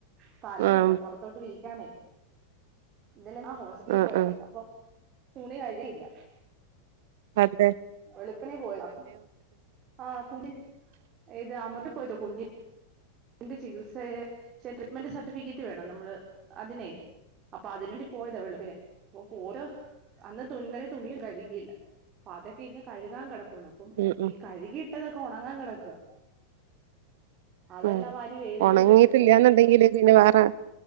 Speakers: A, on the right; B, on the right.
A: സ്ഥലവില്ല
B: ആഹ്
A: പൊറ ത്തോട്ട് വിരിക്കാനേ ഇന്നലെ ഞാൻ ഹോസ്പിറ്റലി
B: ആഹ്
A: പോയണ്ടായ്ര്ന്നു
B: ആഹ്
A: അപ്പൊ തുണി കഴിക്യില്ല
B: അഹ് എന്തെ
A: വെളുപ്പിനേ പോയതാ ആഹ് കുഞ്ഞ്ന് ഏത് അമർതി പോയിട്ട്ട് കുഞ്ഞി ന്റെ ചികിത്സയേ ചെയ്ത് ട്രീറ്റ്മെന്റ് സർട്ടിഫിക്കറ്റ് വേണം നമ്മള് അതിനേ അപ്പൊ അതിനേണ്ടി പോയതാ വെളുപപ്പിന് അപ്പൊ പൂരോ അന്ന് തുന്നല് തുണിയും കഴുകിയില്ല അപ്പ അതൊക്കെ ഇന്ന് കഴുകാൻ കെടപ്പുണ്ട് അപ്പൊ
B: ഉം ഉം
A: ഈ കഴുകിയിട്ടതൊക്കെ ഒണങ്ങാൻ കെടക്കുവാ അതെല്ലാം
B: ഉം
A: വാരി വെയിലത്തോട്ട്
B: ഉണങ്ങിയിട്ടില്ലന്നുണ്ടെങ്കില്
A: ഇ ഇട്ട്ട്ട്
B: പിന്നെ വേറെ